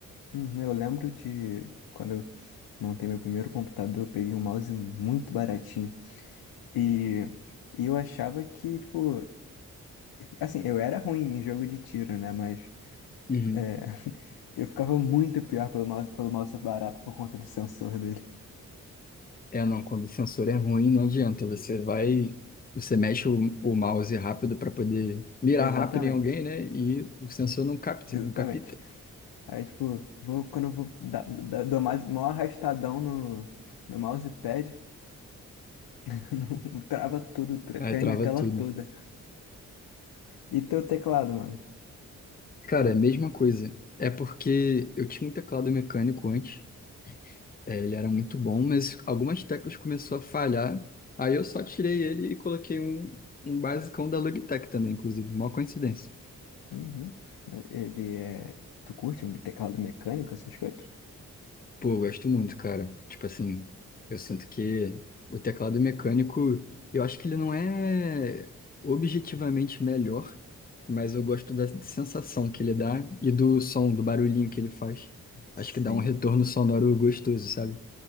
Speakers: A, on the left (about 85°); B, on the left (about 25°).
A: uhum, eu lembro de quando eu montei meu primeiro computador, eu peguei um mouse muito baratinho. E, e eu achava que, tipo, assim, eu era ruim em jogo de tiro, né, mas
B: Uhum.
A: é, <laughs> eu ficava muito pior pelo mouse, pelo mouse barato por conta do sensor dele.
B: É, não, quando o sensor é ruim, não adianta. Você vai, você mexe o, o mouse rápido para poder mirar
A: Exatamente.
B: rápido em alguém, né? E o sensor não capta,
A: Exatamente.
B: não capta.
A: Aí, tipo, vou, quando eu vou dar, dar- dou mais, maior arrastadão no, no mousepad, <laughs> não- trava tudo, tre-
B: Aí
A: treme
B: trava
A: a tela
B: tudo.
A: toda. E teu teclado, mano?
B: Cara,
A: Tu,
B: é a mesma coisa. É porque eu tinha um teclado mecânico antes, é, ele era muito bom, mas algumas teclas começou a falhar. Aí eu só tirei ele e coloquei um, um basicão da Logitech também, inclusive. Mó coincidência.
A: Uhum. Ele é. Tu curte um teclado mecânico, essas coisas?
B: Pô, eu gosto muito, cara. Tipo assim, eu sinto que o teclado mecânico, eu acho que ele não é objetivamente melhor, mas eu gosto da sensação que ele dá e do som, do barulhinho que ele faz.
A: Sim.
B: Acho que dá um retorno sonoro gostoso, sabe?